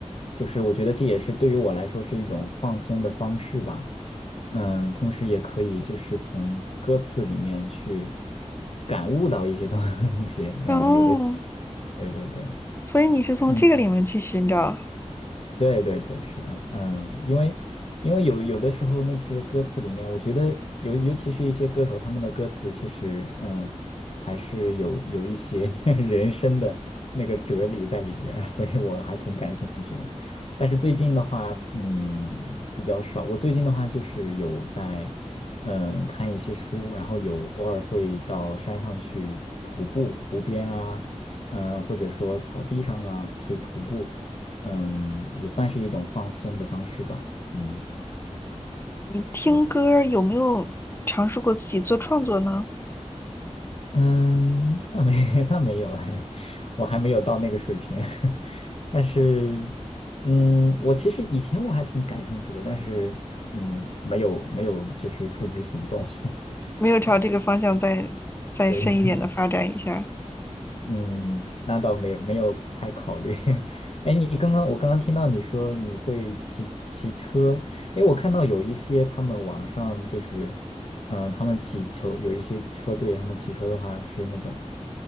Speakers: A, on the left; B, on the left.
A: 就是我觉得这也是对于我来说是一种放松的方式吧。嗯，同时也可以就是从歌词里面去感悟到一些东西，嗯，
B: 哦，
A: 有的，对对对，
B: 所以你是从这个里面去寻找。
A: 嗯，对对对，是的，嗯，因为因为有有的时候那些歌词里面，我觉得尤尤其是一些歌手他们的歌词，其实嗯还是有有一些 <laughs> 人生的那个哲理在里边儿所以我还挺感兴趣。但是最近的话，嗯，比较少。我最近的话就是有在，嗯，看一些书，然后有偶尔会到山上去徒步，湖边啊，嗯，或者说草地上啊去徒步，嗯，也算是一种放松的方式吧。嗯，
B: 你听歌儿有没有尝试过自己做创作呢？
A: 对嗯，那没 <laughs> 那没有哎，我还没有到那个水平。<laughs> 但是，嗯，我其实以前我还挺感兴趣的，但是，嗯，没有没有就是付之行动。<laughs>
B: 没有朝这个方向再再深一点的发展一下。
A: 对对，嗯，那倒没有没有太考虑。<laughs> 哎，你刚刚我刚刚听到你说你会骑骑车，哎，我看到有一些他们网上就是，嗯、他们骑球有一些车队，他们骑车的话是那种，